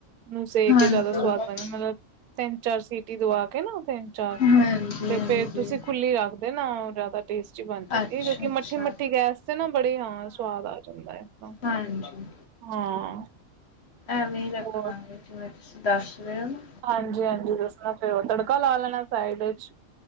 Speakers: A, on the right (about 85°); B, on the left (about 55°).
A: ਉਹਨੂੰ ਸੇਕ
B: ਹਾਂਜੀ
A: ਕੇ ਜਿਆਦਾ ਸਵਾਦ ਬਣਨ ਮਤਲਬ, ਤਿੰਨ-ਚਾਰ ਸੀਟੀ ਦਵਾ ਕੇ ਨਾ ਤਿੰਨ-ਚਾਰ
B: ਹਾਂਜੀ
A: ਤੇ
B: ਹਾਂਜੀ
A: ਫੇਰ ਤੁਸੀਂ ਖੁੱਲੀ ਰੱਖਦੇ ਨਾ ਜ਼ਿਆਦਾ ਟੇਸ ਬਣ ਜਾਂਦੀ
B: ਅੱਛਾ
A: ਕਿਉਂਕਿ
B: ਅੱਛਾ
A: ਮੱਠੀ ਮੱਠੀ ਗੈਸ ਤੇ ਨਾ ਬੜੇ ਹਾਂ ਸਵਾਦ ਆ ਜਾਂਦਾ।
B: ਹਾਂਜੀ,
A: ਹਾਂ
B: ਐਵੇਂ ਈ ਰੱਖਾਂਗੇ।
A: ਹੋਰ
B: ਜਿਵੇਂ ਤੁਸੀਂ ਦੱਸ ਰਹੇ ਓ ਨਾ।
A: ਹਾਂਜੀ-ਹਾਂਜੀ ਦੱਸਣਾ ਫਿਰ ਉਹ ਤੜਕਾ ਲਾ ਲੈਣਾ ਫਰਾਈ ਡੇ 'ਚ,